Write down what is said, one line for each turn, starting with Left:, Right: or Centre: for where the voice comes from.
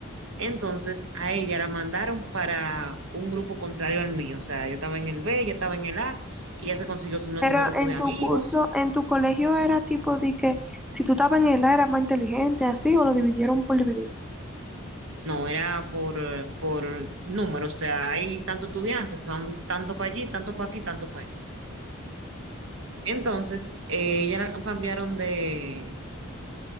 Right: Entonces a ella la mandaron para un grupo contrario al mío. O sea, yo estaba en el B, ella estaba en el A y ella se consiguió su nuevo
Centre: Pero
Right: grupo
Centre: en
Right: de amigos.
Centre: tu curso, en tu colegio era tipo de que si tú estabas en el A eras más inteligente, así, o lo dividieron por dividir.
Right: No, era por, eh, por número, o sea, hay tantos estudiantes, van tanto para allí, tanto para aquí, tanto para allí. Entonces, eh, ella la cambiaron de,